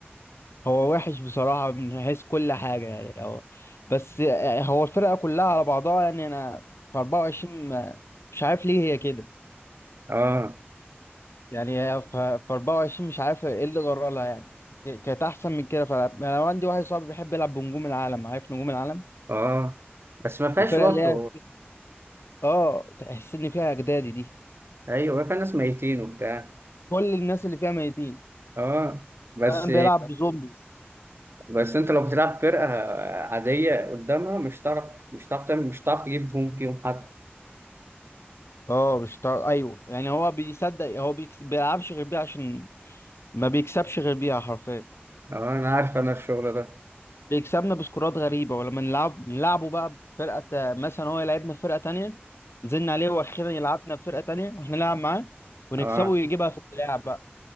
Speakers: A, on the left (about 85°); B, on the right (about 70°).
A: هو وحش بصراحة من حيث كل حاجة يعني هو بس يعني هو الفرقة كلها على بعضها يعني أنا في 24 ما- مش عارف ليه هي كده
B: اه
A: يعني هي في في 24 مش عارف إيه اللي جرى لها يعني ك- كانت أحسن من كده فأنا عندي واحد صاحبي بيحب يلعب بنجوم العالم عارف نجوم العالم
B: اه بس ما فيهاش
A: الفرقة
B: برضه
A: اللي هي آه تحس إن فيها أجدادي دي
B: ايوه فيها ناس ميتين وبتاع
A: كل الناس اللي فيها ميتين
B: اه بس
A: كان بيلعب بزومبيز
B: بس انت لو بتلعب فرقة عادية قدامها مش هتعرف مش هتعرف تعمل مش هتعرف تجيب جون فيهم حد
A: آه مش طا- أيوه يعني هو بيصدق هو بيكس... بيلعبش غير بيها عشان ما بيكسبش غير بيها حرفيا
B: اه انا عارف انا الشغل ده
A: بيكسبنا بسكورات غريبة ولما نلعب نلعبه بقى بفرقة تا- مثلا هو يلعبنا في فرقة تانية نزلنا عليه واخيرا يلعبنا في فرقة تانية واحنا نلعب معاه ونكسبه
B: اه
A: ويجيبها في اللعب بقى